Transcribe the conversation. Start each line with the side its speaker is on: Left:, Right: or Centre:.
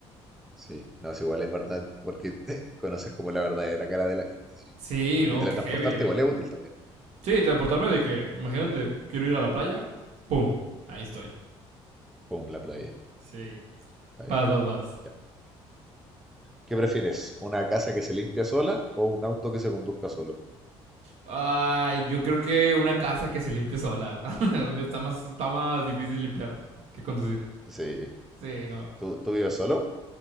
Centre: sí. No, es igual es verdad, porque te <laughs> conoces como la verdadera cara de la gente, sí.
Right: Sí, no,
Centre: Y teletransportarte
Right: qué heavy.
Centre: igual es útil también.
Right: Sí, transportarme de que, imagínate, quiero ir a la playa, pum, ahí estoy.
Centre: Pum, la playa.
Right: Sí.
Centre: Está
Right: Vas,
Centre: bien.
Right: vas, vas.
Centre: ya. ¿Qué prefieres? ¿Una casa que se limpia sola o un auto que se conduzca solo?
Right: Ay, yo creo que una casa que se limpie sola. <laughs> está más, está más difícil limpiar que conducir.
Centre: Sí,
Right: Sí, no.
Centre: ¿Tú, tú vives solo?